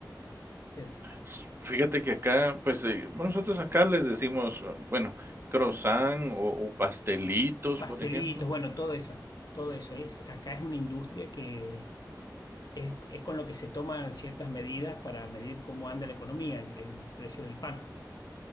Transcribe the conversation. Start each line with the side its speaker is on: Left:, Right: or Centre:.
Left: Si es-
Right: S fíjate que acá, pues, eh, bueno, nosotros acá le decimos, ah, bueno, croissant o o pastelitos,
Left: Pastelitos,
Right: por ejemplo.
Left: bueno, todo eso, todo eso.
Right: Mm.
Left: Es, acá es una industria que es, es con lo que se toman ciertas medidas para medir cómo anda la economía, el, el precio del pan.